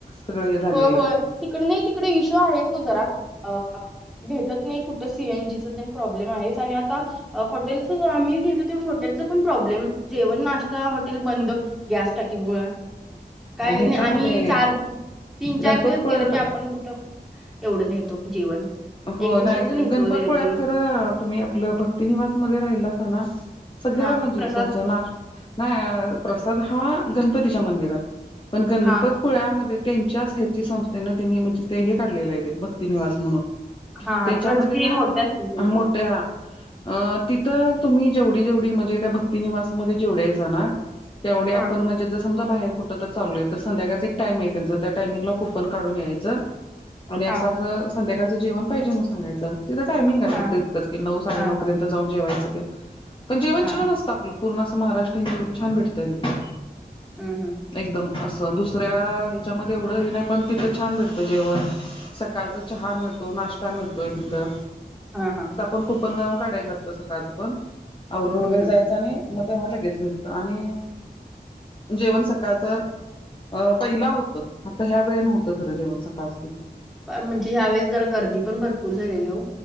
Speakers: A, on the left (about 30°); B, in the centre.
A: सगळं हे झालेलं
B: होय होय तिकडे नाही तिकडे इशू आहेच ओ जरा. अ भेटत नाही कुठं सीएनजीचं तेन प्रॉब्लेम आहेच आणि आता हॉटेलच आम्ही गेलतो त्यावेळेस हॉटेलचं पण प्रॉब्लेम, जेवण नाश्ता हॉटेल बंद. गॅस टाकी बुळ, काय
A: आणि ह्याच्यामध्ये
B: नाही आणि चार तीन चार
A: गणपतपुळ्यात
B: दिवस गेलं की आपण कुठं एवढं नेतो की जेवण
A: हो
B: एक दिवसाचं
A: नाही
B: नेतो
A: गणपतपुळ्यात
B: रेअरली
A: खरं तुम्ही आपलं भक्ती निवास मध्ये राहिलासा ना सगळ्या
B: हा
A: म्हणजे
B: प्रसाद
A: तुमचं नाश् नाय प्रसाद हा गणपतीच्या मंदिरात. पण गणपतीपुळ्यामध्ये
B: हा
A: तेच्याच ह्याची संस्थेनं तेनी म्हणजे ते हे काढलेले येत. ते भक्ती निवास म्हणून,
B: हा
A: त्याच्यामध्ये
B: ट्रस्टी
A: ना
B: मोठे असतील त्यांचे
A: मोठे हा अ तिथं तुम्ही जेवढी जेवढी म्हणजे त्या भक्तीनिवास मध्ये जेवढं हायसा ना तेवढे आपण
B: हा
A: म्हणजे जर समजा बाहेर कुठं तर चाललोय तर संध्याकाळचं एक टाइम आहे त्यांच. त्या टाइमिंगला कुपन काढून यायचं. आणि असं
B: हा
A: असं संध्याकाळंचं जेवण पाहिजे म्हणून सांगायचं, तिथं टाइमिंग आहे.
B: हा
A: फक्त इतकंच की नऊ साडे
B: हा
A: नऊपर्यंत.
B: हा
A: ठं जाऊन जेवायचं ते, पण जेवण
B: हा
A: छान असतं आपलं. पूर्ण असं महाराष्ट्रीयन जेवण छान भेटतंय तिथं.
B: अं हम्म.
A: एकदम असं दुसऱ्या ह्याच्यामध्ये एवढं हे नाही, पण तिथं छान भेटतं जेवण. सकाळचा चहा मिळतो. नाश्ता मिळतोय तिथं.
B: हा हा.
A: पण कुपन गाऊन काढायचं लागत सकाळ पण आवरुण
B: हम्म
A: वगैरे
B: हम्म
A: जायचं आणि. मग तेव्हा लगेच भेटतं आणि जेवण सकाळचं अ पहिला होतं, आता ह्यावेळे नव्हतं खरं जेवण सकाळचं तिथं.
B: अं म्हणजे ह्या वेळेस जरा गर्दी पण भरपूर झालेली हो.